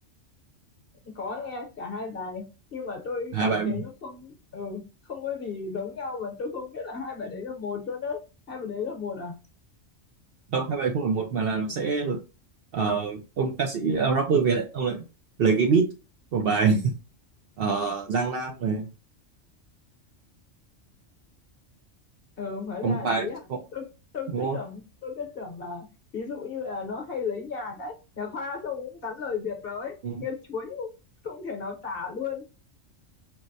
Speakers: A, on the left; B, on the right.
A: có nghe cả hai bài nhưng mà tôi
B: hai
A: cảm
B: bài
A: thấy nó không ừ, không có gì giống nhau mà tôi không biết là hai bài đấy là một cho đó hai bài đấy là một à
B: không hai bài không phải một mà là nó sẽ ờ, ông ca sĩ ờ, rapper Việt đấy ông lại lấy cái beat của bài ờ, Giang Nam này
A: ừ hóa
B: không
A: ra là
B: phải
A: thế à tôi tôi
B: đúng
A: cứ
B: không
A: tưởng tôi cứ tưởng là ví dụ như là nó hay lấy nhạc ấy nhà khoa xong cũng gắn lời Việt rồi ấy
B: ừ,
A: nghe chuối không, không thể nào tả luôn